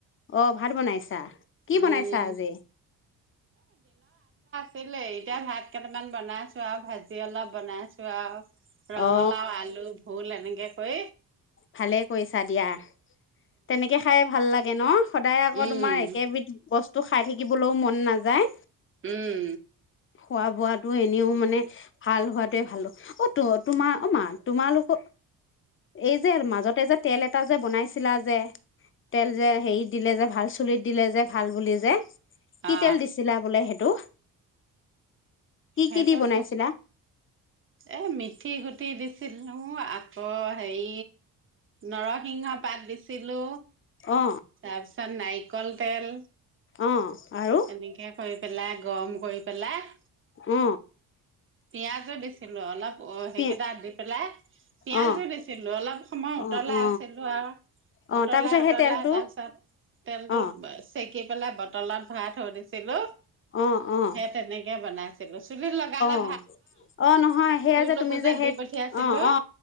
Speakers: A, on the left; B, on the right.
A: অ ভাত বনাইছা কি
B: উম
A: বনাইছা আজি
B: ছিলে এতিয়া ভাত কেইটামান বনাইছো আৰু ভাজি অলপ বনাইছো আৰু ৰঙালাও
A: অ
B: আলু ভোল এ এনেকে ক
A: ভালে কৰিছা দিয়া তেনেকে খাই ভাল লাগে ন সদায় আকৌ
B: উম
A: তোমাৰ একেবিধ বস্তু খাই থাকিবলৈও মন নাযায়
B: উম
A: খোৱা বোৱাাতটো এনেও
B: তাকে
A: মানে ভাল হোৱা ভালো অ ত তোমাৰ অ মা তোমালোকৰ এই যে মাজতে যে তেল এটা যে বনাইছিলা যে ো তেল যে হেৰি দিলে যে ভাল চুলিত দিলে যে ভাল বুলি যে কি
B: অ
A: তেল দিছিলা বোলে সেইটো কি
B: সেইটোত
A: কি দি বনাইছিলা
B: এ মিঠি গুটি দিছিলো আকৌ হেৰি নৰসিংহ পাত দিছিলো
A: অ
B: তাৰপিছত নাইক কল তেল
A: অ আৰু
B: এনেকে কৰি পেলাই গৰম কৰি পেলাই
A: অ
B: পিয়াজো দিছিলো অলপ অ সেইকেইটা
A: পি
B: দি পেলাই পিয়াজো
A: অ
B: দিছিলো অলপ সময়
A: অ
B: উতলাই
A: অ
B: আছিলো আৰু
A: অ
B: উতলাই
A: তাৰপিছত
B: উতলাই
A: সেই তেলটো
B: তাৰপিছত তেলটো
A: অ
B: চেকি পেলাই বতলত ভৰাই থৈ দিছিলো
A: অ অ
B: সেই তেনেকে বনাইছ চুলিত লগালে
A: অ অ নহয় সেয়য়া
B: তোৰলোকো
A: যে তুমি যে সেই
B: দি পঠিয়াইছিলো
A: অ অ